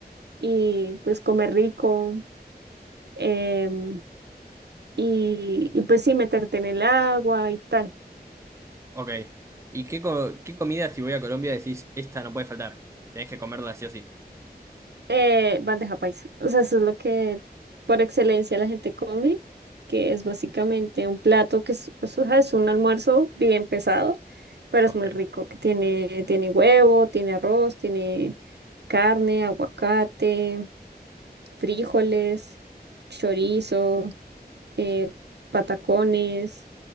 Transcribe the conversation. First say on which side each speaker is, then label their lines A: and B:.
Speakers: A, on the right; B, on the right.
A: y pues comer rico em, y, y pues sí meterte en el agua y tal.
B: ok. ¿Y qué, co- qué comida si voy a Colombia decís, esta no puede faltar? Tenés que comerla sí o sí.
A: Eh, bandeja paisa. O sea, eso es lo que por excelencia la gente come, que es básicamente un plato que es, pues, o sea, es un almuerzo bien pesado, pero
B: Ok.
A: es muy rico, que tiene, tiene huevo, tiene arroz, tiene carne, aguacate, frijoles, chorizo, eh, patacones,